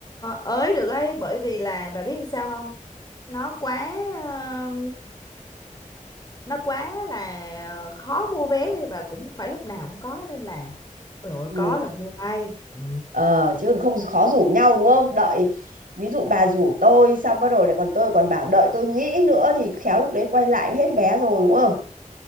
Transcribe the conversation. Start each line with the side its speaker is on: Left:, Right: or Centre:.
Left: ờ, ới được ấy bởi vì là bà biết làm sao không nó quá ờ, nó quá là khó mua vé và cũng phải lúc nào cũng có nên là ôi dồi ôi,
Right: Ừ.
Left: có là mua ai ừ.
Right: Ờ, chứ còn không khó rủ nhau đúng không? Đợi ví dụ bà rủ tôi xong bắt đầu lại còn tôi còn bảo đợi tôi nghĩ nữa thì khéo lúc đấy quay lại hết vé rồi đúng không?